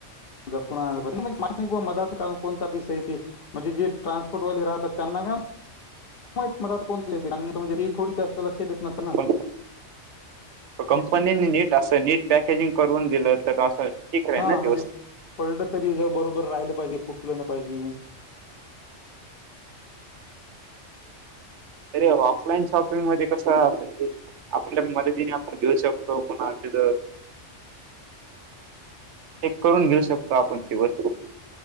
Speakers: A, on the left (about 55°); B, on the right (about 70°).
A: जपून आणायला पाहिजे, <unintelligible> कोणता पिस आहे ते म्हणजे जे ट्रान्सपोर्ट वाले राहतात त्यांना काय मग म कोणते ते म्हणजे, आणि जे थोडी जास्त लक्ष देत नसत ना.
B: पण कंपनीने नीट असं नीट पॅकेजिंग करून दिलं तर, असं ठीक राहील
A: हा
B: ना
A: म्हणजे,
B: ती वस्तू
A: पडलं तरी जर बरोबर राहिलं पाहिजे फुटलं नाय पाहिजे.
B: अरे ऑफलाईन शॉपिंग मध्ये कसं हे आपल्या मददतीन आपण घेऊ शकतो कुणाकड. चेक करून घेऊ शकतो आपण ती वस्तू,